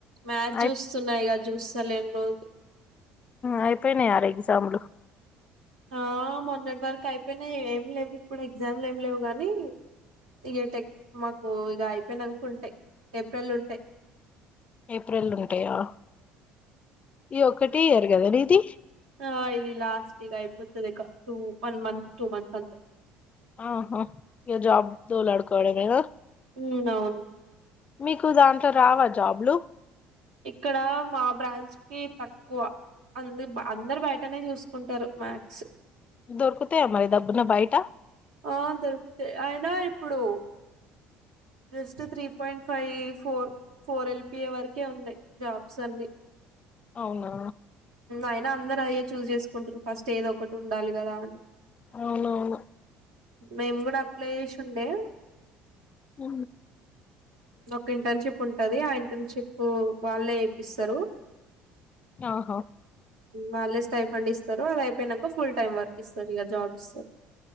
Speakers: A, on the right; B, on the left.
A: మ్యాచ్
B: అయి
A: చూస్తున్నా ఇగ చూస్తలేం రోజు
B: అయిపోయినాయి ఆరు ఎగ్జామ్లు
A: ఆ మొన్నటి వరకు అయిపోయినాయి ఏం లేవు ఇప్పుడు ఎగ్జామ్లు ఏమి లేవు గానీ ఇగ టెక్ మాకు ఇగ అయిపోయినంక ఉంటాయి. ఏప్రిల్ ఉంటాయి.
B: ఏప్రిల్లో ఉంటాయా ఈ ఒకటే ఇయరు కదా నీది
A: ఆ ఇది లాస్ట్ ఇగ అయిపోతుంది ఇకా two one month two months అంతే
B: ఆహా ఈ జాబ్ డోలాడుకోవడమేనా
A: ఉమ్ అవును
B: మీకు దాంట్లో రావా జాబ్లు
A: ఇక్కడ మా బ్రాంచ్ కి తక్కువ అందరు అందరు బయటనే చూసుకుంటారు మాక్స్
B: దొరుకుతయా మరి దబ్బున బయట
A: ఆ దొరుకుతాయి అయినా ఇప్పుడు just three point five four four LPA వరకే ఉన్నాయి. జాబ్స్ అన్ని
B: అవునా
A: అయినా అందరు అయే చూజ్ చేసుకుంటురు ఫస్ట్ ఏదొ ఒకటి ఉండాలి కదా అని
B: అవునవును
A: మేము కూడా అప్లై చేసి ఉండే
B: ఆ
A: ఒక ఇంటర్న్షిప్ ఉంటది. ఆ ఇంటర్న్షిప్ వాళ్ళే ఇప్పిస్తారు
B: ఆహ
A: వాళ్ళే స్టై ఫండ్ ఇస్తారు అయిపోయినాక ఫుల్ టైమ్ వర్క్ ఇస్తారు ఇగ జాబ్ ఇస్తారు.